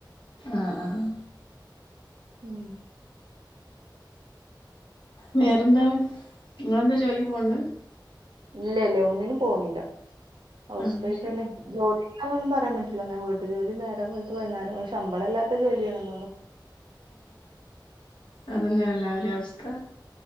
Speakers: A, on the left (about 80°); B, on the right (about 70°).
A: ആഹ് ആഹ്
B: ഉം
A: വേറെന്താണ് ങ്ങെളെന്താ ജോലിക്ക്പോണ്ട്
B: ഇല്ലെല്ലെ ഒന്നിനും പോണില്ല ഹൗസ്
A: ആഹ്
B: വൈഫ്
A: ശരി
B: ന്നെ ജോ അതൊന്നും പറ്യാംപറ്റില്ല ന്നെ വീട്ട്ജോലി നേരം വെള്ത്ത് വൈന്നാരം ശമ്പളല്ലാത്ത ജോലിയാണ്ന്നൊള്ളു
A: അതന്നെ എല്ലാ വരിംഅവസ്ഥ